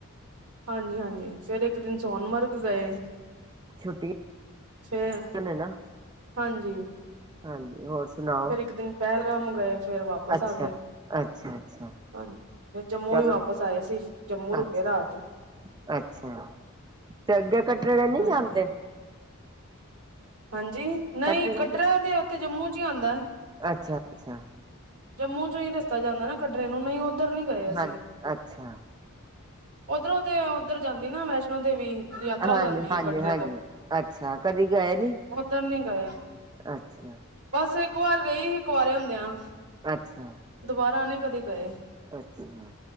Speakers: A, on the right; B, on the right.
A: ਹਾਂਜੀ- ਹਾਂਜੀ ਫੇਰ ਇੱਕ ਦਿਨ ਸੋਨਮਰਗ ਗਏ।
B: ਛੁੱਟੀਆਂ
A: ਫੇਰ
B: ਨੇ ਨਾ
A: ਹਾਂਜੀ।
B: ਹਾਂਜੀ ਹੋਰ ਸੁਣਾਓ
A: ਫਿਰ ਇੱਕ ਦਿਨ ਪਹਿਲਗਾਮ ਗਏ ਫੇਰ ਵਾਪਸ
B: ਅੱਛਾ
A: ਆਗੇ
B: ਅੱਛਾ -ਅੱਛਾ
A: ਹਾਂਜੀ ਫਿਰ ਜੰਮੂ
B: ਚਲੋ
A: ਹੀ ਵਾਪਸ ਆਏ ਸੀ ਜੰਮੂ ਰੁਕੇ
B: ਅੱਛਾ
A: ਰਾਤ
B: ਅੱਛਾ ਤੇ ਅੱਗੇ ਕਟਰੇ ਨਹੀਂ
A: ਹਾਂਜੀ
B: ਜਾਂਦੇ।
A: ਹਾਂਜੀ, ਨਹੀਂ
B: ਕਟੜੇ
A: ਕਟਰਾ ਤੇ ਉੱਥੇ ਜੰਮੂ 'ਚ ਹੀ ਆਂਦਾ।
B: ਅੱਛਾ- ਅੱਛਾ
A: ਜੰਮੂ 'ਚੋਂ ਹੀ ਰਸਤਾ ਜਾਂਦਾ ਨਾ ਕਟਰੇ ਨੂੰ ਨਹੀਂ ਉੱਧਰ ਨਹੀਂ ਗਏ
B: ਹਾਂ
A: ਅਸੀਂ
B: ਅੱਛਾ
A: ਓਧਰੋਂ ਤੇ ਉੱਧਰ ਜਾਂਦੀ ਨਾ ਵੈਸ਼ਨੋ ਦੇਵੀ ਯਾਤਰਾ
B: ਹਾਂਜੀ
A: ਜਾਂਦੀ
B: ਹਾਂਜੀ
A: ਹੈ ਕਟਰੇ
B: ਹਾਂਜੀ
A: ਤੋਂ
B: ਅੱਛਾ ਕਦੀ ਗਏ ਨਹੀਂ।
A: ਉੱਧਰ ਨੀ ਗਏ।
B: ਅੱਛਾ
A: ਬਸ ਇੱਕ ਵਾਰ ਗਈ ਹੀ ਕੁਵਾਰੇੰ ਹੁੰਦਿਆਂ।
B: ਅੱਛਾ
A: ਦੁਬਾਰਾ ਨੀ ਕਦੇ ਗਏ।
B: ਅੱਛਾ